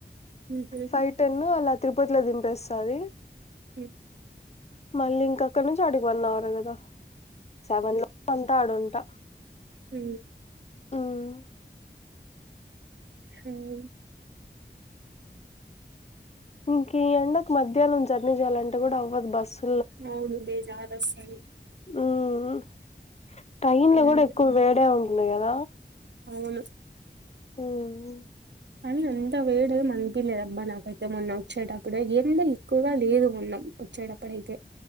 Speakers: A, on the right (about 80°); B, on the left (about 40°).
A: ఉహు
B: ఫైవ్ టెన్ అలా తిరుపతిలో దింపేస్తది
A: మ్
B: మల్లింక ఇక్కడ నుంచి ఆడికి వన్ అవర్ కదా సెవెన్ ల ఉంటాడట
A: మ్
B: హ్మ్.
A: మ్
B: ఇంకా ఈ ఎండకు మధ్యాహ్నం జర్నీ చేయాలంటే కూడా అవ్వదు బస్సు
A: అవును బేజారు వస్తది
B: ఆ ఆ టైమ్ లో
A: ఉమ్
B: కూడా ఎక్కువ వేడి ఉన్న కద
A: అవును
B: ఓహో
A: కానీ అంత వేడిగేం అనిపిలేదు అబ్బా నాకైతే మొన్న వచ్చేటప్పుడు. ఎండ ఎక్కువగా లేదు మొన్న వచ్చేటప్పుడైతే.